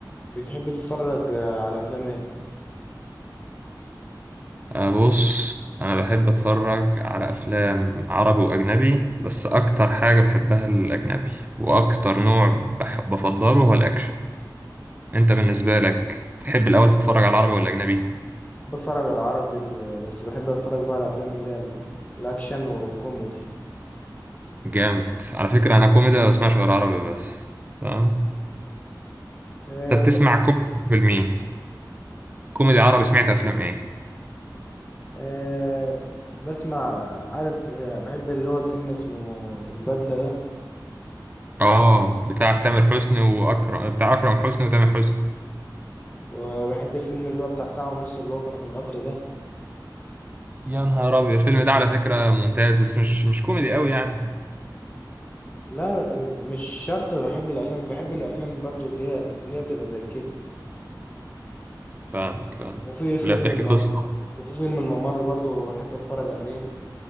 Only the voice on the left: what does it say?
بتحب تتفرج آه، على افلام ايه
بتفرج على عربي ال- بس بحب اتفرج بقى على افلام اللي هي ال- الاكشن والكوميدي
أه
أه بسمع عارف آه، بحب اللي هو الفيلم اسمه البدلة ده
وبحب الفيلم اللي هو بتاع ساعة ونص اللي هو كانوا في القطر ده
لا آه، مش شرط بحب الافلام بحب الافلام برضو اللي هي اللي هي بتبقى زي كده
وفي فيلم
الم...
وفي فيلم الممر برضو بحب اتفرج عليه